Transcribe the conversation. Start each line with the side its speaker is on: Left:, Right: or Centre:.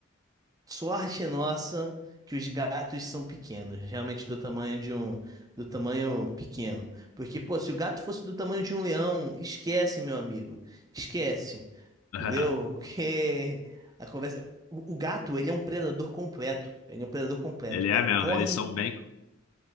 Right: Sorte nossa que os gatos são pequenos, realmente do tamanho de um, do tamanho pequeno. Porque, pô, se o gato fosse do tamanho de um leão, esquece, meu amigo. Esquece.
Left: <laughs>
Right: Entendeu? <laughs> Porque a conversa. O, o gato, ele é um predador completo. Ele é um predador completo.
Left: Ele é
Right: Ele
Left: mesmo.
Right: corre,
Left: Eles são bem.